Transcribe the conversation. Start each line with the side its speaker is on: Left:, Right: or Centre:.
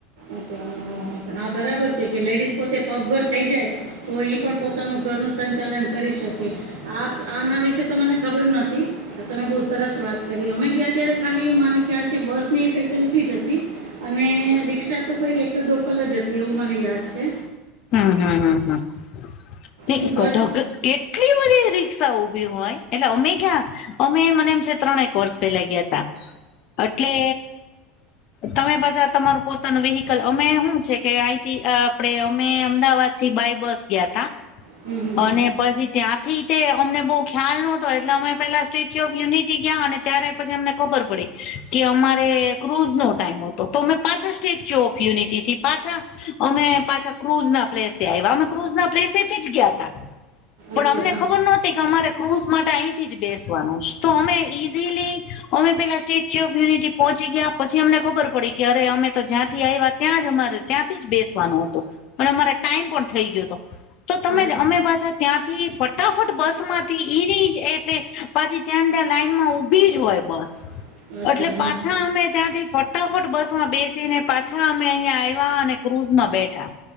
Right: અચ્છા હમ હમ હા બરાબર છે કે લેડીસ પોતે પગભર થઈ જાય તો ઈ પણ પોતાનું ઘર નુ સંચાલન કરી શકે આ આના વિશે તો મને ખબર નો હતી તમે બહુ સરસ વાત કરી અમે ગયા ત્યારે ખાલી મને ખ્યાલ છે બસ ની ફેસેલિટી જ હતી અને રીક્ષા તો કોઈક એકલ દોકલ જ હતી એવું મને યાદ છે
Left: હમ હમ હમ હમ ન
Right: અને બસ
Left: કોટો <unintelligible> કેટલી બધી રિક્ષા ઉભી હોય એટલે અમે ગ્યા અમે મને એમ છે ત્રણેક વર્ષ પેલા ગયા તા એટલે તમે પાછા તમારું પોતાનું વિહિકલ અમે હું છે કે અહીથી આપણે અમે અમદાવાદ થી બાય બસ ગયા તા
Right: હમ, હમ, હમ.
Left: અને પછી ત્યાંથી તે અમને બહુ ખ્યાલ નહોતો એટલે અમે પેલા સ્ટેચ્યુ ઓફ યુનિટી ગયા અને ત્યારે પછી અમને ખબર પડી કે અમારે ક્રુઝ નો ટાઈમ હતો તો અમે પાછા સ્ટેચ્યુ ઓફ યુનીટી થી પાછા અમે પાછા ક્રૂઝ ના પ્લેસે આવ્યા અમે ક્રૂઝ ના પ્લેસેથી જ ગયા તા પણ
Right: અચ્છા,
Left: અમને
Right: હા.
Left: ખબર નોહતી અમારે ક્રૂઝ માટે અહીંથી જ બેસવાનું તો અમે ઈઝીલી અમે પેલા સ્ટેચ્યુ ઓફ યુનિટી પહોંચી ગયા પછી અમને ખબર પડી કે અરે અમે તો જ્યાંથી આવ્યા ત્યાં જ અમારે ત્યાંથી જ બેસવાનો હતો પણ અમારે ટાઈમ પણ થઈ ગયો હતો તો તમે
Right: અચ્છા,
Left: અમે પાછા ત્યાંથી ફટાફટ બસમાંથી ઈની જ એટલે પછી ત્યાં ત્યાં લાઈન માં ઊભી જ હોય બસ
Right: <inaudible>
Left: અટલે
Right: હા.
Left: પાછા અમે ત્યાંથી ફ ફટાફટ બસ માં બેસીને પાછા અમે અહીયાં આયવા અને ક્રુઝમાં બેઠા